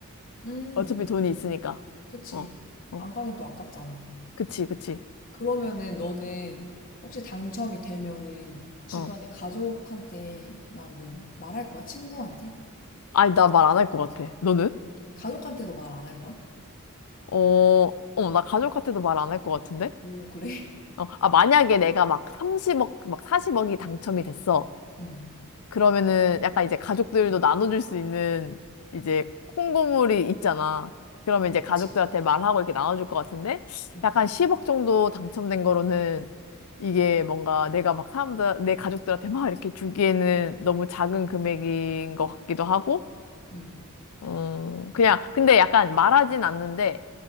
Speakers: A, on the left (about 40°); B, on the left (about 85°).
A: 음,
B: 어차피 돈이 있으니까.
A: 그치.
B: 어, 어,
A: 안 가긴 또 아깝잖아.
B: 그치, 그치.
A: 그러면은 너는 혹시 당첨이 되면은 주변에
B: 어.
A: 가족한테나 뭐 말할 거야? 친구한테?
B: 아니, 나 말 안 할 것 같아. 너는?
A: 가족한테도 말 안 할 거야?
B: 어, 어, 나 가족한테도 말 안 할 것 같은데?
A: 오, 그래? <laughs>
B: 어, 아, 만약에 내가 막 30억, 막 40억이 당첨이 됐어.
A: 응,
B: 그러면은 약간 이제 가족들도 나눠줄 수 있는 이제 콩고물이 있잖아. 그러면
A: 그렇지.
B: 이제 가족들한테 말하고 이렇게 나눠줄 것 같은데
A: 응,
B: 약간 10억 정도 당첨된 거로는 이게 뭔가 내가 막 사람들, 내 가족들한테 막 이렇게 주기에는 너무 작은 금액인 것 같기도 하고
A: 응.
B: 어, 그냥, 근데 약간 말하진 않는데,